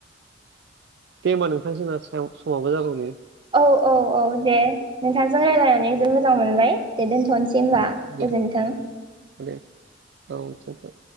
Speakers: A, on the right; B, on the right.
A: दे होमबा नोंथां जोंना सायाव समाबो जागौबाय
B: औ औ औ दे नोंथांजों रायलायनानै जोबोर मोजां मोनबाय दे दोनथ'नोसै होमबा
A: गुर
B: गोजोन्थों
A: माने औ थिंख्लां